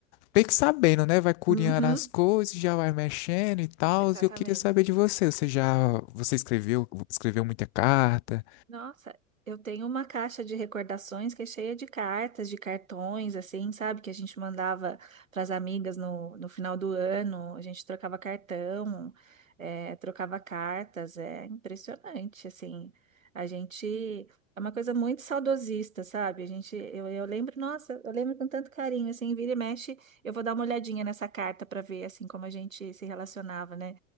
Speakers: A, on the left; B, on the right.
A: meio que sabendo, né? Vai curiando
B: Uhum.
A: as coisas, já vai mexendo e tal,
B: Exatamente.
A: e eu queria saber de você, você já, você escreveu, escreveu muita carta?
B: Nossa, eu tenho uma caixa de recordações que é cheia de cartas, de cartões, assim, sabe? Que a gente mandava para as amigas no, no final do ano, a gente trocava cartão, é, trocava cartas, é impressionante, assim. A gente é uma coisa muito saudosista, sabe? A gente, eu, eu lembro, nossa, eu lembro com tanto carinho, assim, vira e mexe, eu vou dar uma olhadinha nessa carta para ver, assim, como a gente se relacionava, né?